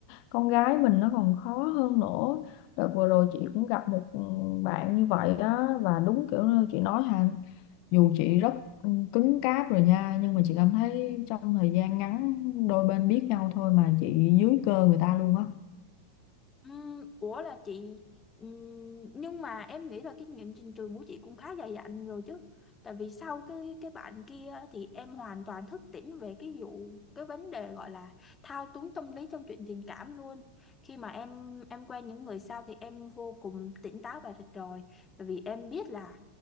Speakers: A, on the left; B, on the left.
A: con gái mình nó còn khó hơn nữa đợt vừa rồi chị cũng gặp một ừ, bạn như vậy đó và đúng kiểu như chị nói hà dù chị rất cứng cáp rồi nha nhưng mà chị cảm thấy trong thời gian ngắn đôi bên biết nhau thôi mà chị dưới cơ người ta luôn á
B: Ừm, ủa là chị ừm, nhưng mà em nghĩ là kinh nghiệm trình trường của chị cũng khá dày dặn rồi chứ tại vì sau cái cái bạn kia á, thì em hoàn toàn thức tỉnh về cái vụ cái vấn đề gọi là thao túng tâm lý trong chuyện tình cảm luôn khi mà em em quen những người sau thì em vô cùng tỉnh táo và rạch ròi tại vì em biết là